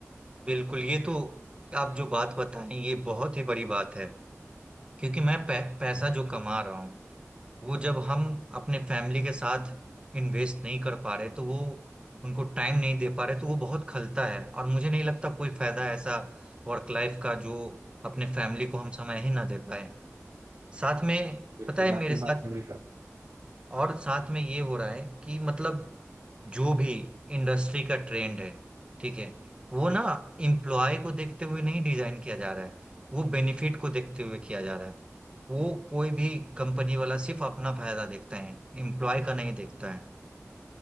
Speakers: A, on the right; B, on the right.
A: बिल्कुल ये तो आप जो बात बताएं ये बहुत ही बड़ी बात है क्योंकि मैं पै, पैसा
B: जी,
A: जो कमा रहा हूँ वो जब हम अपने फैमिली के साथ इन्वेस्ट नहीं कर पा रहे तो वो उनको टाइम नहीं दे पा रहे तो वो बहुत खलता है और मुझे नहीं लगता कोई फायदा है ऐसा वर्क लाइफ का जो अपने फैमिली को हम समय ही ना दे पाए साथ में
B: बिल्कुल
A: पता है
B: मैं आपकी
A: मेरे साथ
B: बात से agree करता हूं।
A: और साथ में ये हो रहा है कि मतलब जो भी इंडस्ट्री का ट्रेंड है ठीक है वो ना एम्प्लॉय को देखते हुए नहीं डिजाइन किया जा रहा है वो बेनिफिट को देखते हुए किया जा रहा है वो कोई भी कंपनी वाला सिर्फ अपना फायदा देखता है एम्प्लॉय का नहीं देखता है